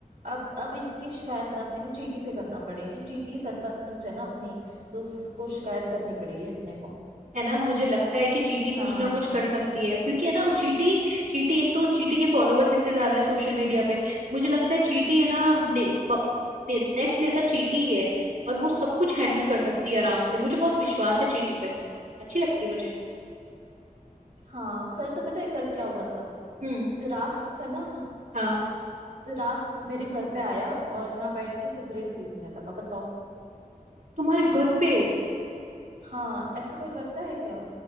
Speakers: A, on the right; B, on the right.
A: अब अब इसकी शिकायत ना अपने को चीटी से करना पड़ेगी चीटी सरपंच है ना अपनी तो उसको शिकायत करनी पड़ेगी अपने को
B: है ना मुझे लगता है कि चींटी कुछ
A: हाँ
B: ना कुछ कर सकती है क्योंकि है ना वो चींटी चींटी एक तो चींटी के फॉलोवर्स इतने ज्यादा है सोशल मीडिया पे मुझे लगता है चींटी है ना ने, नेक्स्ट नेता चींटी ही है और वो सब कुछ हैंडल कर सकती है आराम से मुझे बहुत विश्वास है चींटी पे अच्छी लगती है मुझे
A: हाँ कल तो पता है कल क्या हुआ था
B: हम्म
A: जिराफ है ना
B: हाँ
A: जिराफ मेरे घर पे आया और यहाँ बैठ के सिगरेट पीने लगा बताओ
B: तुम्हारे घर पे
A: हाँ ऐसा कोई करता है क्या